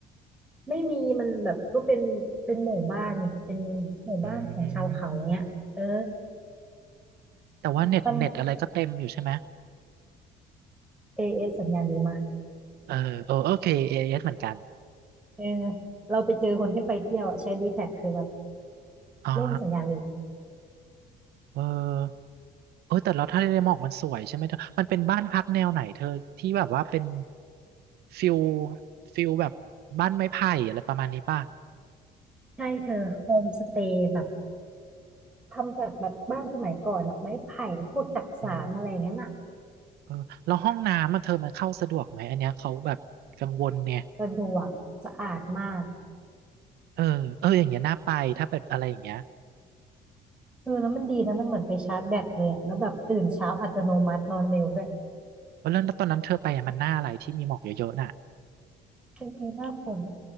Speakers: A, in the centre; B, on the right.
A: ไม่มีมันแบบก็เป็นเป็นหมู่บ้านไงเป็นหมู่บ้านของชาวเขาเนี้ยเออ
B: อืม แต่ว่าเน็ตเน็ตอะไรก็เต็มอยู่ใช่ไหม
A: มันเอเอสสัญญาณดีมาก
B: เออเออโอเคเอเอสเหมือนกัน
A: เออเราไปเจอคนที่ไปเที่ยวอ่ะใช้ดีแท็กคือแบบ
B: อ๋อ
A: ไม่มีสัญญาณอีก
B: เออเออแต่แล้วทะเลหมอกมันสวยใช่ไหมเธอ มันเป็นบ้านพักแนวไหนเธอที่แบบว่าเป็นฟิลฟิลแบบบ้านไม้ไผ่อะไรประมาณนี้ป่ะ
A: ใช่เธอโฮมสเตย์แบบทำจากแบบบ้านสมัยก่อนอ่ะไม้ไผ่พวกจักสานอะไรอย่างเงี้ยนอ่ะ
B: อืม เออแล้วห้องน้ำมันเธอมันเข้าสะดวกไหมอันเนี้ยเขาแบบกังวลเนี่ย
A: สะดวกสะอาดมาก
B: เออเอออย่างเงี้ยน่าไปถ้าเป็นอะไรอย่างเงี้ย
A: คือแล้วมันดีนะมันเหมือนไปชาร์จแบตเลยอะแล้วแบบตื่นเช้าอัตโนมัตินอนเร็วด้วย
B: เพราะเรื่องตอนนั้นเธอไปอะมันหน้าอะไรที่มีหมอกเยอะๆน่ะ
A: จริงหน้าฝน